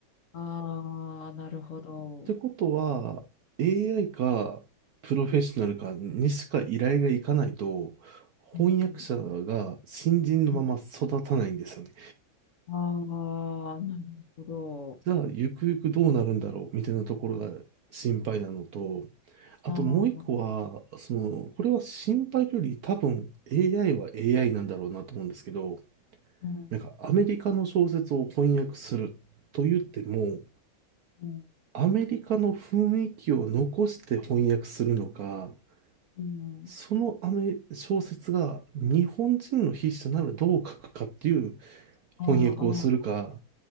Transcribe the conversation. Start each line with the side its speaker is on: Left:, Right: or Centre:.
Left: ああ、なるほど。
Right: てことは AI かプロフェッショナルかにしか依頼がいかないと
Left: うん、
Right: 翻訳者が新人のまま育たないんですよね。
Left: うん、ああ、なるほど。
Right: じゃあ、ゆくゆくどうなるんだろうみたいなところが心配なのと、あともう一個は、
Left: ああ、
Right: その、これは心配より多分 AI は AI なんだろうなと思うんですけど、
Left: うん、
Right: なんかアメリカの小説を翻訳すると言っても、
Left: うん、
Right: アメリカの雰囲気を残して翻訳するのか、
Left: うん、
Right: そのアメ、小説が日本人の筆者ならどう書くかっていう
Left: ああ、
Right: 翻訳をするか、